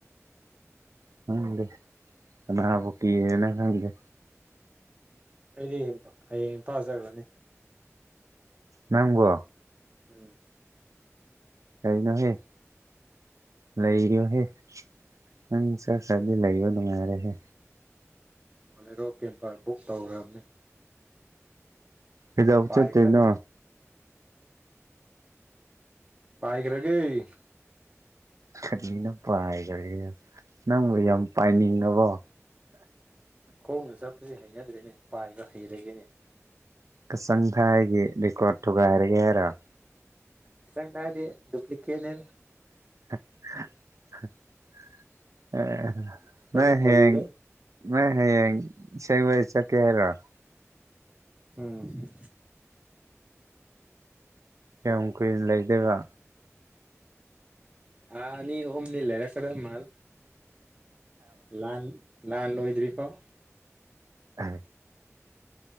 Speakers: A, on the right; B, on the right.
A: ꯈꯪꯗꯦ ꯀꯅꯥꯕꯨ ꯀꯤꯔꯤꯅꫭ ꯈꯪꯗꯦ꯫
B: ꯑꯩꯗꯤ ꯍꯌꯦꯡ ꯏꯝꯐꯥꯜ ꯆꯠꯈ꯭ꯔꯅꯤ꯫
A: ꯅꯪꯕꯨ꯫
B: ꯎꯝ
A: ꯀꯔꯤꯅꯣꯍꯦ ꯂꯩꯔꯤꯑꫭꯍꯦ ꯅꯪ ꯆꯠ ꯆꯠꯃꯤꯟꯅꯒꯤꯕ ꯅꯨꯡꯉꯥꯏꯔꯦꯍꯦ꯫
B: ꯕꯣꯂꯦꯔꯣ ꯀꯦꯝꯄꯔ ꯕꯨꯛ ꯇꯧꯈ꯭ꯔꯕꯅꯦ꯫
A: ꯀꯩꯗꯧꯕ
B: ꯄꯥꯏꯈ꯭ꯔꯅꯤ
A: ꯆꯠꯇꫭꯏꯅꫭ꯫
B: ꯄꯥꯏꯈ꯭ꯔꯒꯦ꯫
A: ꯀꯔꯤꯅꫭ ꯄꯥꯏꯈ꯭ꯔꯒꯦ ꯅꯪꯕꯨ ꯌꯥꯝ ꯄꯥꯏꯅꯤꯡꯑꯕꯣ꯫
B: ꯀꫭꯡꯅ ꯆꯠꯕꯁꯦ ꯍꯩꯅ ꯗ꯭ꯔꯦꯅꯦ ꯄꯥꯏꯕ ꯍꯩꯔꯒꯦꯅꯦ
A: ꯀꯆꯪ ꯊꯥꯏꯒꯤ ꯔꯦꯀꯣꯔꯠ ꯊꯨꯒꯥꯏꯔꯒꯦ ꯍꯥꯏꯔꫭ
B: ꯆꯪ ꯊꯥꯏꯗꯤ ꯗꯨꯄꯂꯤꯀꯦꯠꯅꯦ
A: <inaudible> ꯑꯦ
B: ꯑꯩꯈꯣꯏꯗꯤ
A: ꯅꫭꯏꯍꯌꯦꯡ
B: ꯑꯣꯔꯤꯗ
A: ꯅꫭꯏꯍꯌꯦꯡ ꯑꯁꯦꯡꯕꯩ ꯆꯠꯀꯦ ꯍꯥꯏꯔꫭ
B: ꯎꯝ
A: ꯀꯌꯥꯝ ꯀꯨꯏꯅ ꯂꯩꯗꯒ
B: ꯊꯥꯑꯅꯤ ꯑꯍꯨꯝꯗꯤ ꯂꯩꯔꯛ ꯀꯗ ꯃꯥꯜꯂꯤ ꯂꯜ ꯂꯥꯟ ꯂꯣꯏ ꯍꯧꯖꯤꯛ ꯐꯥꯎ
A: ꯑ